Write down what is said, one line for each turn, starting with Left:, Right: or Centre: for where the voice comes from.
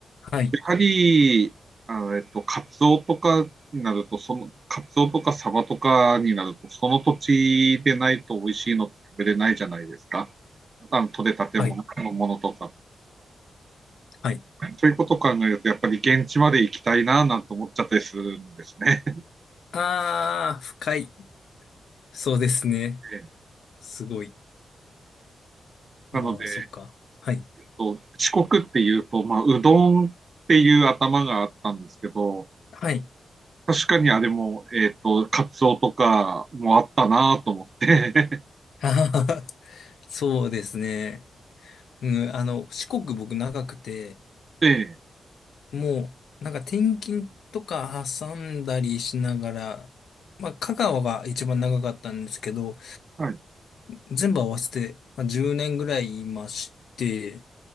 Left: はい。
Right: はり、あの、えっと、カツオとかになると、その、カツオとかサバとかになると、その土地でないと美味しいのって食べれないじゃないですか。あの、取れたてもののものとか。
Left: はい。はい。
Right: そういうことを考えると、やっぱり現地まで行きたいな、なんて思っちゃったりするんですね。
Left: ああ、深い。そうですね。
Right: <laughs>
Left: すごい。
Right: なので、
Left: ああ、そっか。はい。
Right: えっと、四国っていうと、まあ、うどんっていう頭があったんですけど、
Left: はい。
Right: 確かにあれも、えっと、カツオとかもあったなと思って。
Left: <laughs> あははそうですね。うん、あの、四国僕長くて、
Right: <laughs> で、
Left: もう、なんか転勤とか挟んだりしながら、まあ、香川が一番長かったんですけど、
Right: はい。
Left: 全部合わせて、まあ、10年ぐらいいまして、